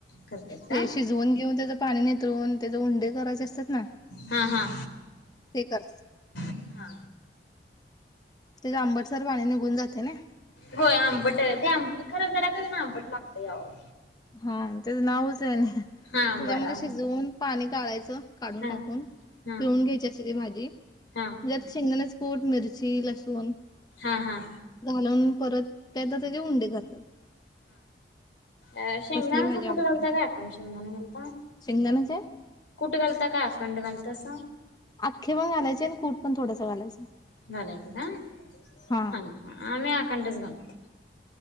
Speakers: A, on the left; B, on the left.
A: करतायसा
B: ते शिझवून घेऊन त्याचं.. पाणी ने नितळून त्याचे उंडे करायचे असतात ना
A: हा हा
B: ते करतात.
A: हा हा
B: त्याचं आंबटसर पाणी निघून जाते नाय.
A: होय, आंबट ते आं खर जरा का ना आंबट लागतं यावं
B: हं त्याचं नावच आहे आणि
A: हा आंबाडा
B: त्याच्यामध्ये शिजवून पाणी काढायचं काढून
A: हा
B: टाकून
A: हा
B: पिळुन घ्यायची असे ती भाजी म्हणजे
A: हा
B: शेंगदाण्याचं.. कुठ मिरची, लसूण
A: हां हां
B: घालून परत काय तर त्याचे उंडे करतात.
A: अं शेंगदाण्याचा
B: तसली भाजी आवडतात.
A: कुट घालता का
B: ते.
A: अखंड शेंगदाणा घालता?
B: शेंगदाण्याचे
A: कुट घालता का अखंड? घालतासा?
B: अख्खे पण घालायचे आणि कूट पण थोडासा घालायचं.
A: घालायचं का?
B: हा
A: आम्ही अखंडच घालतो.